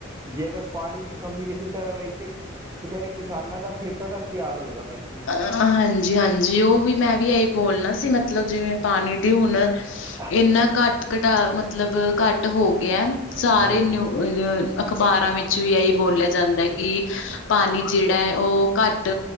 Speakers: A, on the right (about 15°); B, on the left (about 65°).
A: ਜੇ ਅਗਰ ਪਾਣੀ ਦੀ ਕਮੀ ਇਸੇ ਤਰ੍ਹਾਂ ਰਹੀ ਤੇ ਵਿਚਾਰੇ ਕਿਸਾਨਾਂ ਦਾ ਖੇਤਾਂ ਦਾ ਕੀ ਹਾਲ ਹੋਏਗਾ ਭੈਣ ਜੀ?
B: ਅ ਹਾਂਜੀ-ਹਾਂਜੀ ਉਹ ਵੀ ਮੈਂ ਵੀ ਇਹੀ ਬੋਲਣਾ ਸੀ ਮਤਲਬ ਜਿਵੇਂ ਪਾਣੀ ਦੀ ਹੁਣ
A: ਹਾਂਜੀ
B: ਇੰਨਾ ਘੱਟ -ਘਟਾ ਮਤਲਬ ਘੱਟ ਹੋ। ਸਾਰੇ
A: ਹਾਂਜੀ
B: ਨਊ, ਅ- ਅਖ਼ਬਾਰਾਂ ਵਿੱਚ ਵੀ ਇਹੀ ਬੋਲਿਆ ਜਾਂਦਾ ਹੈ ਕਿ ਪਾਣੀ ਜਿਹੜਾ ਹੈ ਉਹ ਘੱਟ